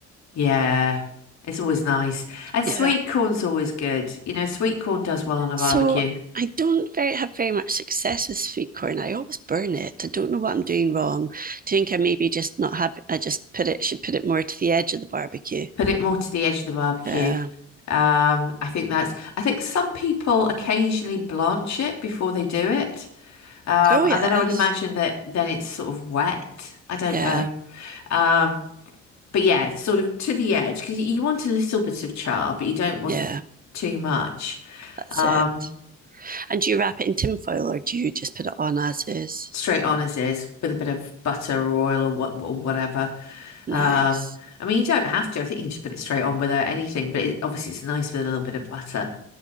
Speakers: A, on the left; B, on the right.
A: Yeah, it's always nice. And
B: Yeah.
A: sweet corn's always good. You know, sweet corn does well on a
B: So
A: barbecue.
B: I don't very have very much success with sweet corn. I always burn it. I don't know what I'm doing wrong. Do you think I maybe just not have I just put it should put it more to the edge of the barbecue?
A: Put it more to the edge of the barbecue.
B: Yeah.
A: Um, I think that's, I think some people occasionally blanch it before they do it. Um,
B: Oh yes.
A: and then I would imagine that then it's sort of wet. I don't
B: Yeah.
A: know. Um, But yeah, it's sort of to the edge because you want a little bit of char, but you don't want
B: Yeah.
A: too much.
B: That's
A: Um,
B: it. And do you wrap it in tin foil or do you just put it on as is?
A: straight on as is with a bit of butter or oil or what or whatever.
B: Nice.
A: Um, I mean, you don't have to. I think you can just put it straight on without anything. But it, obviously, it's nice with a little bit of butter.